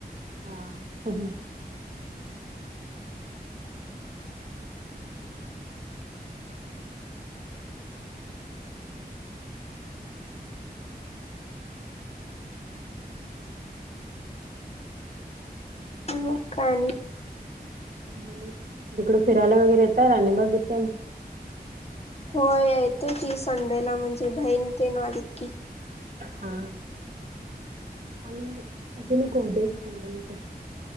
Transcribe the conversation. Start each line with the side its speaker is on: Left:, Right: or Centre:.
Right: हा.. हा..
Left: मग काय आणि
Right: नाही इकडं फिरायला वगैरे येतात राणी बागेत तेन.
Left: होय येत की संडेला म्हणजे बहीण ते आलेत की.
Right: हा आणि अजून एक होऊ दे मग बंद कर.